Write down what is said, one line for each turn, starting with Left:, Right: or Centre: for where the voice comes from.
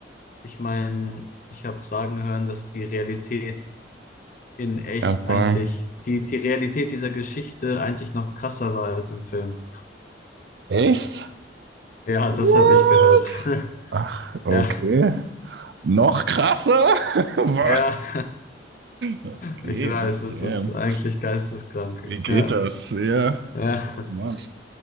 Left: ich meine, ich habe sagen hören, dass die Realität in echt
Right: Erdbeeren.
Left: eigentlich, die, die Realität dieser Geschichte eigentlich noch krasser war als im Film.
Right: Echt?
Left: Ja,
Right: What?
Left: das habe ich gehört. <laughs>
Right: Ach, okay.
Left: Ja,
Right: Noch krasser? <laughs> Was?
Left: ja.
Right: Was geht?
Left: Ich weiß, es
Right: Damn.
Left: ist eigentlich geisteskrank.
Right: Wie geht
Left: Ja,
Right: das? Ja.
Left: ja.
Right: Oh Mann.